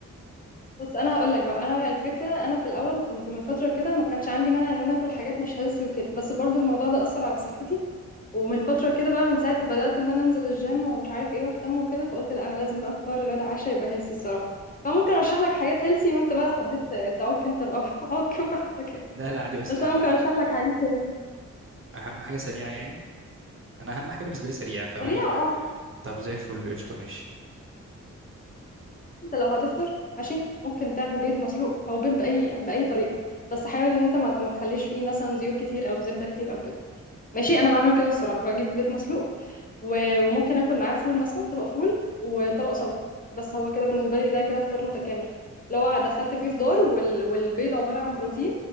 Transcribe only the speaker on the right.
م.
لا لا عادي بس
اهم
اهم حاجة سريعة يعني انا اهم حاجة بالنسبة لي سريعة فاهماني
مح-
طب زي الفل قشطة ماشي